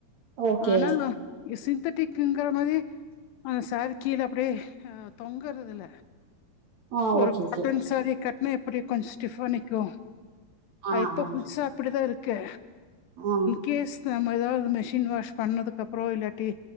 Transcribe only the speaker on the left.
ஆனா சிந்தட்டிக்ங்கிற மாரி ஆ சேரீ கீழ அப்படியே அ தொங்கறது இல்ல
ஒரு
காட்டன்
சேரீ கட்னா எப்படி கொஞ்ச் ஸ்டிஃபா நிக்கு
அ இப்போ
புதுசா அப்படிதா இருக்கு
கேஸ் நம்ம எதாவ் மிஷின் வாஷ் பண்ணதுக்கு அப்புறோ இல்லாட்டி